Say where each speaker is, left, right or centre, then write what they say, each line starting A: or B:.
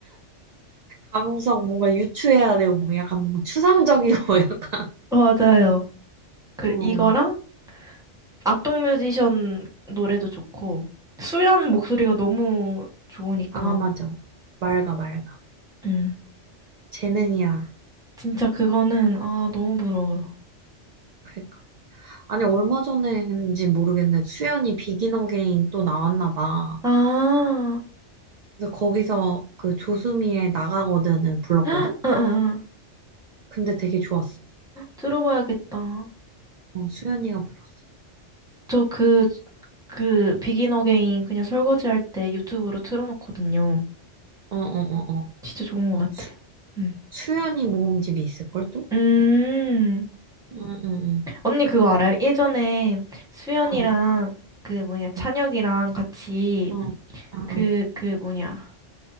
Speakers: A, on the right; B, in the centre.
A: 감성 뭔가 유추해야 되고 뭐 약간 뭔가 추상적이고 <laughs> 약간
B: 맞아요. 그,
A: 어
B: 이거랑 악동 뮤지션 노래도 좋고. 수현 목소리가 너무 좋으니까.
A: 아 맞아 맑아 맑아
B: 음.
A: 재능이야
B: 진짜 그거는, 아, 너무 부러워요.
A: 그러니까 아니 얼마 전에인지 모르겠는데 수연이 비긴 어게인 또 나왔나 봐.
B: 아,
A: 근데 거기서 그 조수미의 나가거든을 불렀거든?
B: 아, 아, 아.
A: 근데 되게 좋았어.
B: 들어봐야겠다.
A: 어, 수연이가 불렀어.
B: 저 그, 그, 비긴 어게인 그냥 설거지할 때 유튜브로 틀어놓거든요.
A: 어, 어, 어, 어.
B: 진짜 좋은 것 같아요.
A: 수,
B: 음.
A: 수연이 모음집이 있을걸 또?
B: 음.
A: 응, 응, 응.
B: 언니 그거 알아요? 예전에 수연이랑
A: 어,
B: 그 뭐냐, 찬혁이랑
A: 응,
B: 같이
A: 응, 응,
B: 그,
A: 응.
B: 그 뭐냐.